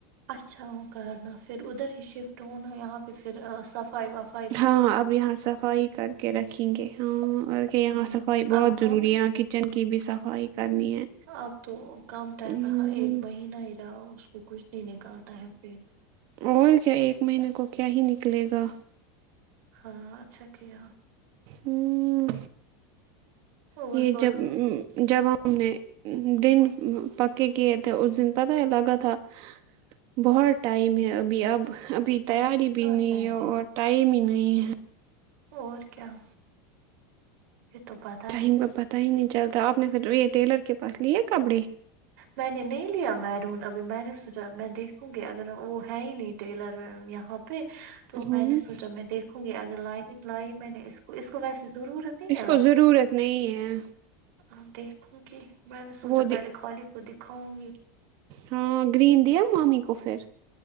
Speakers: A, on the right; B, on the right.
A: اچھا وہ کرنا پھر ادھر ہی شفٹ ہونا یہاں پہ پھر صفائی وف
B: ہاں اب یہاں صفائی کر کے رکھیں گے ہاںک یہاں
A: ہوں
B: صفائی بہت
A: آپ
B: ضروری
A: کم ہی،
B: ہے یہ ک کچن کی بھی صفائی کرنی ہے
A: اب تو کم ٹائم
B: ہوں،
A: رہا ایک مہینہ ہی رہا اس کو کچھ نہیں نکالتا ہے پھر
B: اور کیا ایک مہینے کو کیا ہی نکلے گا
A: ہاں اچھا کیا
B: ہوں
A: اور
B: یہ
A: بولو
B: جب جب ہوں ہم ہم نے دن پکے کیے تھے اس دن پتہ ہے لگا تھا بہت ٹائم ہے ابھی اب ابھی تیاری
A: اور پھر
B: بھی
A: کہاں
B: نہیں
A: ٹائم
B: ہے اور ٹائم ہی نہیں ہے
A: اور کیا یہ تو پتہ
B: ٹائم کا پتہ ہی نہیں چلتا آپ نے پھر یہ ٹیلر کے پاس لیے کپڑے
A: میں نے نہیں لیا میرون ابھی میں نے سوچا میں دیکھوں گی اگر وہ ہے ہی نہیں ٹیلر یہاں پہ تو
B: ہوں
A: میں نے سوچا میں دیکھوں گی اگر لائنگ لائی میں نے اس کو اس کو ویسی ضرورت نہیں
B: اس کو ضرورت نہیں ہے
A: اپ دیکھوں گی میں نے سوچا
B: وہ دی-
A: پہلے خالی کو دکھاؤں گی
B: ہاں گرین دیا مامی کو پھر